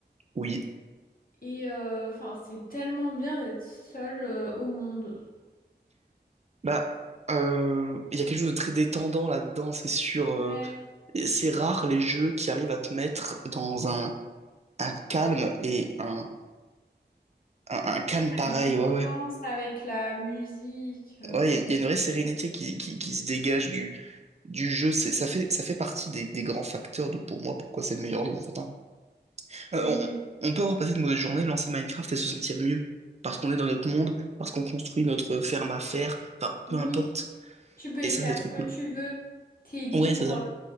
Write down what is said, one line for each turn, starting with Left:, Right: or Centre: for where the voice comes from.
Right: Oui.
Left: Et euh, enfin, c'est tellement bien d'être seul euh, au monde.
Right: Bah, euh, il y a quelque chose de très détendant là-dedans, c'est sûr.
Left: Ouais,
Right: euh, c'est rare les jeux qui arrivent à te mettre dans un, un calme et un, un, un calme
Left: ouais, t'as
Right: pareil.
Left: une ambiance
Right: Ouais, ouais.
Left: avec la musique. euh,
Right: Ouais, il y, a il y a une vraie sérénité qui, qui, qui se dégage du, du jeu. C'est, ça fait, ça fait partie des, des grands facteurs de pour moi pourquoi c'est le meilleur jeu en fait. hein. Euh,
Left: Oui, oui,
Right: on, on peut avoir passé une mauvaise journée, lancer Minecraft et se sentir mieux. Parce qu'on est dans notre monde, parce qu'on construit notre ferme à faire, enfin, peu
Left: oui.
Right: importe.
Left: Tu peux
Right: Et
Left: y
Right: ça,
Left: faire
Right: c'est trop
Left: ce que
Right: cool.
Left: tu veux. T'es libre,
Right: Ouais, c'est ça.